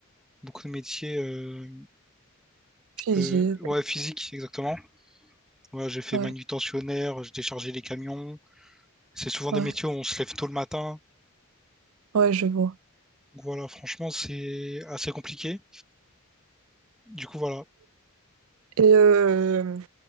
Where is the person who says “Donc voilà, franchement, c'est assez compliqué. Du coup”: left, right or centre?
Centre